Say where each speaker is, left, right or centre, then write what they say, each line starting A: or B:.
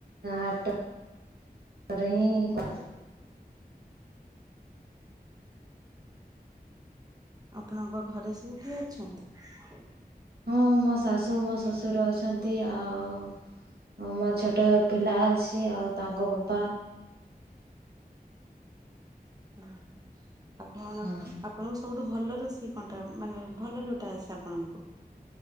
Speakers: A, on the right; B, on the right.
A: ହାଟ ରେ ହିଁ କ
B: ଆପଣଙ୍କ ଘରେ ସବୁ କିଏ ଅଛନ୍ତି?
A: ମୁଁ ମୋ ଶାଶୁ ମୋ ଶୋଶୁର ଅଛନ୍ତି ଆଉ ହଁ ମୋ ଛୋଟ ପିଲା ଅଛି ଆଉ ତାଙ୍କ ବାପା
B: ହୁଁ, ଆପଣ
A: ହଁ
B: ଆପ୍ ଆପଣଙ୍କୁ ସବୁଠୁ ଭଲ ରୋଷେଇ କଣଟା ମାନେ ଭଲ ଯୋଉଟା ଆସେ ଆପଣଙ୍କୁ?